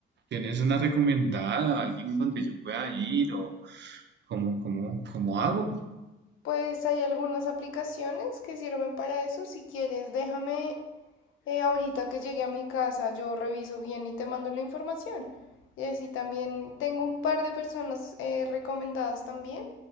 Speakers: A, on the right; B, on the left.
A: tienes una recomendada, alguien donde yo pueda ir o cómo, cómo, cómo hago?
B: Pues hay algunas aplicaciones que sirven para eso. Si quieres, déjame eh, ahorita que llegue a mi casa, yo reviso bien y te mando la información. Y así también tengo un par de personas eh, recomendadas también.